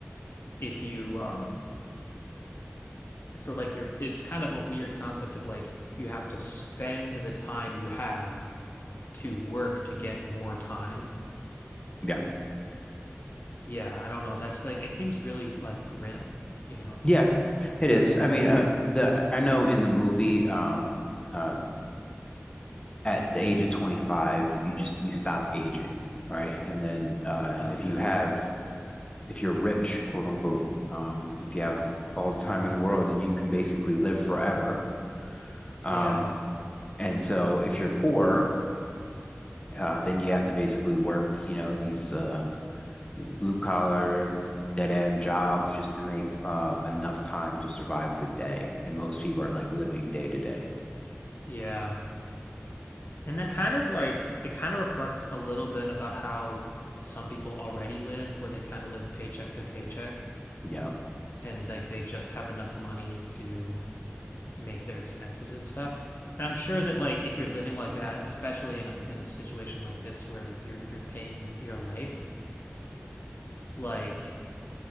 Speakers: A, on the left; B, on the left.
A: if you um so like you're it's kind of a weird concept of like you have to spend the time you have to work to get more time.
B: Yeah.
A: Yeah, I don't know. That's like it seems really like grim, you know?
B: Yeah, it is. I mean, uh, the I know in the movie, um, uh, at the age of 25, you just you stop aging, right? And then uh,
A: Okay.
B: if you have if you're rich, quote unquote, um, if you have all the time in the world, then you can basically live forever.
A: Yeah.
B: Um, and so if you're poor, uh, then you have to basically work, you know, these uh, blue collar dead end jobs just to make uh, enough time to survive the day. And most people are like living day to day.
A: Yeah. And that kind of like it kind of reflects a little bit about how some people already live, where they kind of live paycheck to paycheck
B: Yeah.
A: and like they just have enough money to make their expenses and stuff. And I'm sure that like if you're living like that, especially in a in a situation like this where you're you're paying with your life, like